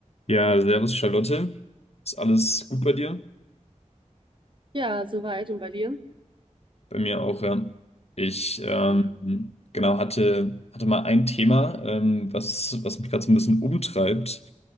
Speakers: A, on the left (about 55°); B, on the right (about 40°).
A: Ja, servus Charlotte. Ist alles gut bei dir?
B: Ja, soweit. Und bei dir?
A: Bei mir auch, ja. Ich ähm,
B: Ja.
A: genau hatte, hatte mal ein Thema, ähm, was, was mich gerade so ein bisschen umtreibt.